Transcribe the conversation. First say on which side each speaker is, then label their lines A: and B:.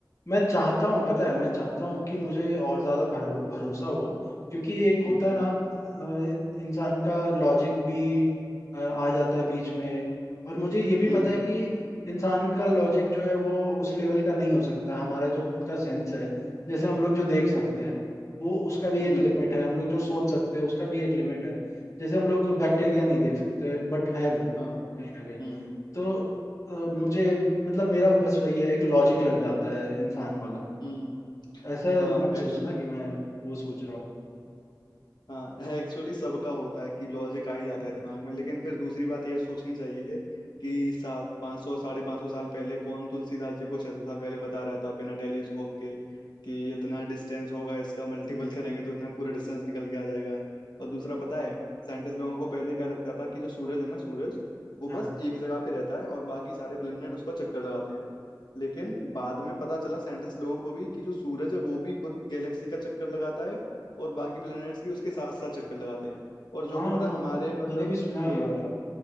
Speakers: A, on the left; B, on the left.
A: मैं चाहता हूँ पता है मैं चाहता हूँ कि मुझे और ज़्यादा भरो, भरोसा हो क्योंकि एक
B: ठीक
A: होता है
B: है
A: ना अ, इंसान का लॉजिक भी अ, आ जाता है बीच में और मुझे ये भी पता
B: हम्म
A: है कि इंसान का लॉजिक जो है वो उस लेवल का नहीं हो सकता हमारा जो खुद का सेंस है जैसे हम लोग जो देख सकते हैं वो उसका भी
B: हम्म
A: एक लिमिट है हम लोग जो सोच सकते हैं उसका भी एक लिमिट है जैसे हम लोग बैक्टीरिया नहीं देख सकते बट है वो
B: हाँ
A: कहीं ना कहीं
B: हम्म
A: तो अ, मुझे मतलब मेरा बस वही है एक लॉजिक लग जाता है इंसान वाला
B: हम्म
A: ऐसा
B: हाँ
A: मत सोचना
B: एक्चुअल
A: कि मैं वो सोच रहा हूँ
B: हाँ एक्चुअली सबका होता है कि लॉजिक आ ही जाता
A: <laughs>
B: है दिमाग में लेकिन फिर दूसरी बात ये सोचनी चाहिए कि सात पाँच सौ साढ़े पाँच सौ साल पहले कौन तुलसीदास जी को छह सौ साल पहले बता रहा था बिना टेलीस्कोप के कि इतना डिस्टेंस होगा इसका मल्टीपल करेंगे तो इतना पूरा डिस्टेंस निकल के आ जाएगा और दूसरा पता है साइंटिस्ट लोगों को पहले क्या लगता था कि जो सूरज है ना सूरज वो
A: हाँ
B: बस एक जगह पे रहता है और बाकी सारे प्लेनेट उसका चक्कर लगाते हैं लेकिन बाद में पता चला साइंटिस्ट लोगों को भी कि जो सूरज है वो भी खुद गैलेक्सी का चक्कर लगाता है और बाकी प्लैनेट्स भी उसके साथ साथ चक्कर लगाते हैं और जो
A: हाँ
B: कि पता
A: हाँ
B: है हमारे
A: हाँ,
B: मतलब
A: मैंने भी सुना है
B: हाँ
A: ये वाला